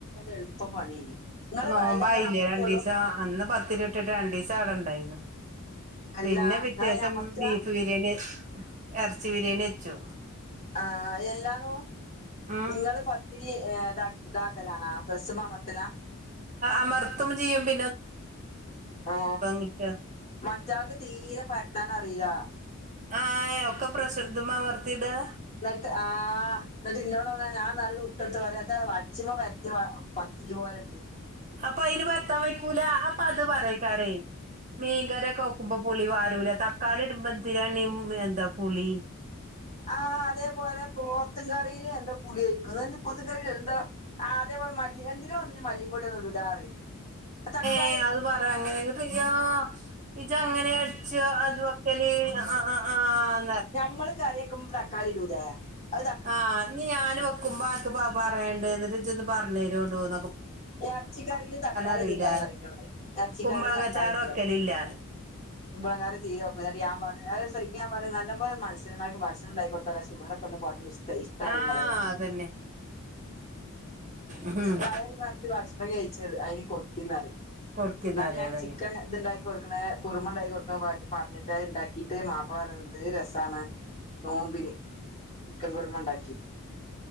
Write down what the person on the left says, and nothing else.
എളുപ്പം പണി ചെയ്യും നിങ്ങള്
വയല ഇങ്ങള് അമർത്തുള്ളൂ
അല്ല
നിങ്ങള് അമർത്ത
ആഹ് എല്ലാ നോ
നിങ്ങള് പത്തിരി ഏ ദ ദാക്കലാണോ പ്രസ്സ്മ്മ അമർത്തല
ആ
മറ്റാൾക്ക് തീരെ പര്ത്താൻ അറീല
ന്നട്ട് ആഹ് ന്ന്ട്ട് ഇന്നോട് വന്നാ ഞാൻ നല്ലട് ഉ ട്ടട്ത്ത് പറയാ ത് അച്ചിമ പര്ത്ത്യ മ പത്തിരി പോലെ ണ്ട്ന്ന്
ആഹ് അതേപോലെ പോത്തും കറിയില് എന്ത പുളിയൊയ്ക്ക <unintelligible> പൊത്തുംകറീല് എന്ത അതേപോ മല്ലി എന്തിനോ ഒന്നിന് മല്ലിപ്പൊടൊന്നു ടൂലാറിയും തക്കാ
നമ്മള് കറിയെക്കുമ്പൊ തക്കാളിടൂല്ലേ അവ്
എർച്ചിക്കറിൽ തക്കാളി
ടൂലാന്നറിയു ന്നോട് എർച്ചിക്കറിൽ
തക്കാളി ടൂല
ഉളങ്ങാരറി തീരെ വക്ക ാാ ഞാൻ പറ നല്ല പോല മനഷ്യന്മാക്ക്ക്ഷണം ഉണ്ടായി കൊടുത്തല്ലോുഗർൊക്ക ഒന്ന് പറഞ്ഞ ഇഷ്ടാവങ്ങളെ
നന്നി
വയറിമാ ഭക്ഷണം കഴിച്ചത് അതിനനണ്ട് എന്നാലെ
ഞാൻ
ചിക്കൻ ഇത്ണ്ടാക്കി കൊടുക്കുന്ന കുറുമ ഉണ്ടാക്കി കൊടുക്കുന്നാക്ക പറഞ്ഞിട്ട് ഇണ്ടാക്കിട്ട് മാപ്പള വറത്ണ്ട് രസമാണ് നോമ്പിന ചിക്കൻ കുറുമ ഉണ്ടാക്കി